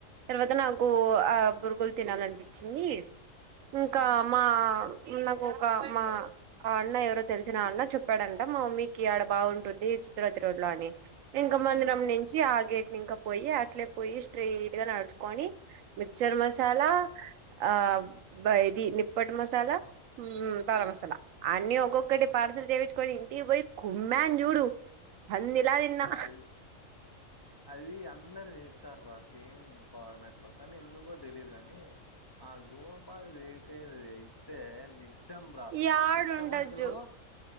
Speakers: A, on the right (about 80°); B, on the left (about 35°).
A: తర్వాత నాకు
B: ఉమ్
A: ఆ బోరుగులు తినాలనిపించింది ఇంకా
B: ఉమ్
A: మా నాకు ఒక మా ఆ అన్న ఎవరో తెలిసిన అన్న చెప్పాడంట మా మమ్మీకి ఆడ బాగుంటుది చిత్రావతి రోడ్ లో అని ఇంకా మందిరం
B: ఉమ్
A: నుంచి ఆ గేట్ ఇంకా పోయి అట్లే పోయి స్ట్రెయిట్ గా నడుచుకొని మిక్సర్ మసాలా
B: ఉమ్
A: ఆ ఇది నిప్పట్ మసాలా భార
B: ఉమ్
A: మసాల అన్ని ఒక్కొకటి పార్సల్ చేపిచ్చు కొని ఇంటి పోయి కుుమ్మన్ చూడు పందిలా తిన్నా
B: యది అది అందరు చేస్తారు రాసి ఫార్మాట్ లో కానీ ఎందుకో తెలీదు కానీ ఆ గోపాల్ అయితే నిజం రా
A: యాడుండొచ్చు
B: పుట్టపర్తి లో